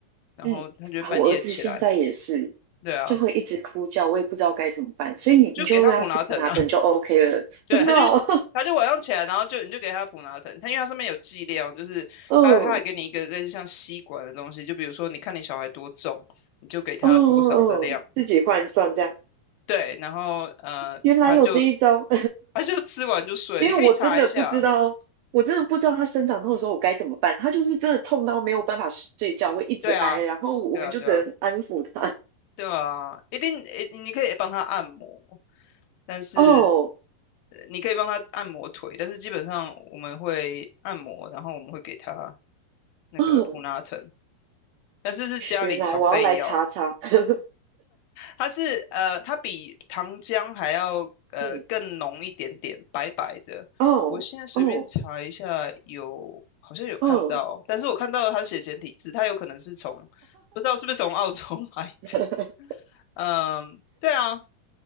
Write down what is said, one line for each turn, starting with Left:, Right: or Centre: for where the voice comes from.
Left: 然后她就会半夜起来，
Right: 嗯啊，我儿子现在也是，
Left: 对啊，
Right: 就会一直哭叫，我也不知道该怎么办，所以你你就喂他吃普拿疼就
Left: 就给她普拿疼啊。
Right: OK 了，
Left: 对，
Right: 真的哦，
Left: 他就是他就晚上起来，然后就你就给他普拿疼，他因为它上面有剂量，就是他他还给你一个类似像吸管的东西，
Right: <laughs> 嗯
Left: 就比如说你看你小孩多重，你就给他多少的量，
Right: 哦哦哦，自己换算这样，
Left: 对，然后呃他就
Right: 原来有这一招，
Left: 他就吃完就睡，
Right: <laughs> 因为我真的不知道，
Left: 你可以查一下，
Right: 我真的不知道他生长痛的时候我该怎么办，他就是真的痛到没有办法睡觉，会一直挨，
Left: 对啊，
Right: 然后我们就只能安抚他。
Left: 对啊，对啊，对啊，一定诶，你可以帮他按摩，但是
Right: <laughs> 哦，
Left: 呃你可以帮他按摩腿，但是基本上我们会按摩，然后我们会给他那个普拿疼，
Right: 嗯，
Left: 但是是家里常备药。
Right: 原来我要来查查，<laughs>
Left: 它是呃，它比糖浆还要呃更浓一点点，
Right: 嗯，
Left: 白白的。
Right: 哦哦
Left: 我现在随便查一下有，好像有看到，
Right: 哦，
Left: 但是我看到它写简体字，它有可能是从不知道是不是从澳洲 <laughs> 买的。
Right: <laughs>
Left: 嗯，对啊，